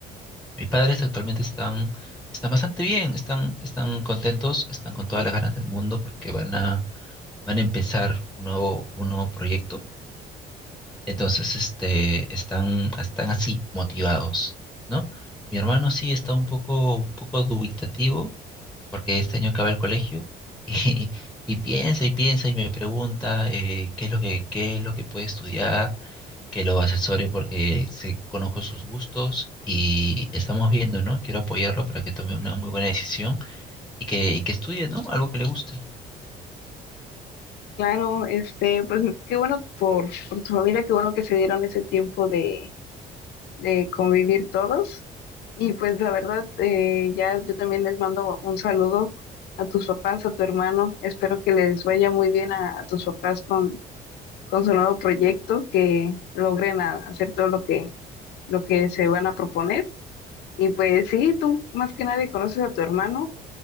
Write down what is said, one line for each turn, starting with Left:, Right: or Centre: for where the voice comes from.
Centre: Mis padres actualmente están, están bastante bien, están, están contentos, están con todas las ganas del mundo porque van a, van a empezar un nuevo, un nuevo proyecto. Entonces, este, están, están así, motivados, ¿no? Mi hermano sí está un poco, un poco dubitativo porque este año acaba el colegio <laughs> y, y piensa y piensa y me pregunta eh, qué es lo que, qué es lo que puede estudiar, que lo asesore porque se, conozco sus gustos y estamos viendo, ¿no? Quiero apoyarlo para que tome una muy buena decisión y que, y que estudie, ¿no? Algo que le guste.
Left: Claro, este, pues qué bueno por, por tu familia, qué bueno que se dieron ese tiempo de, de convivir todos. Y pues la verdad, eh, ya yo también les mando un saludo a tus papás, a tu hermano. Espero que les vaya muy bien a, a tus papás con, con su nuevo proyecto, que logren a- hacer todo lo que, lo que se van a proponer. Y pues sí, tú más que nadie conoces a tu hermano.